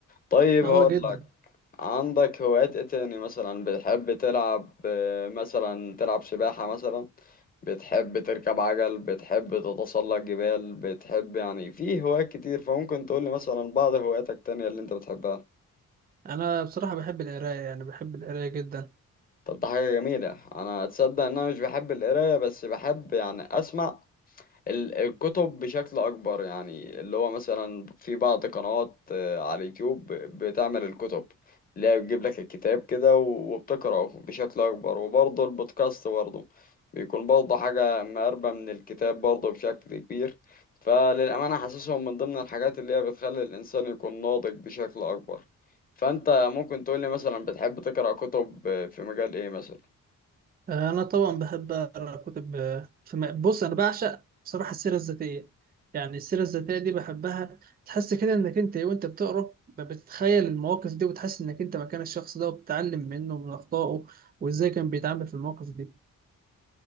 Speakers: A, on the left; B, on the right.
A: طيب
B: اه
A: هقول
B: جدا
A: لك عندك هوايات ايه تاني مثلا بتحب تلعب آه، مثلا تلعب سباحة مثلا بتحب تركب عجل بتحب تتسلق جبال بتحب يعني في هوايات كتير فممكن تقولي مثلا بعض هواياتك التانية اللي انت بتحبها
B: انا بصراحة بحب القراية يعني بحب القراية جدا
A: طب ده حاجة جميلة انا اتصدق ان انا مش بحب القراية بس بحب يعني اسمع ال- الكتب بشكل أكبر يعني اللي هو مثلا في بعض قنوات آه، على اليوتيوب ب- بتعمل الكتب اللي هي بتجيب لك الكتاب كده و- وبتقرأه بشكل أكبر وبرضه البودكاست برضه بيكون برضه حاجة مقربة من الكتاب برضه بشكل كبير فللأمانة حاسسهم من ضمن الحاجات اللي هي بتخلي الإنسان يكون ناضج بشكل أكبر فأنت ممكن تقولي مثلا بتحب تقرأ كتب آه، في مجال إيه مثلا؟
B: أنا طبعا بحب أقرأ كتب آه، في م- بص أنا بعشق بصراحة السيرة الذاتية يعني السيرة الذاتية دي بحبها تحس كده إنك أنت وأنت بتقرأ ب- بتتخيل المواقف دي وتحس إنك أنت مكان الشخص ده وبتتعلم منه ومن أخطائه وإزاي كان بيتعامل في المواقف دي